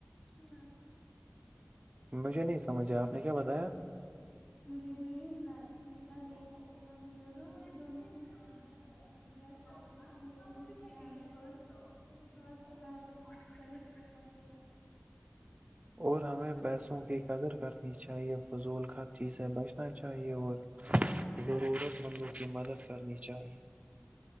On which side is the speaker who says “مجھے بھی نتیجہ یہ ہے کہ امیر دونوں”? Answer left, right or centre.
Left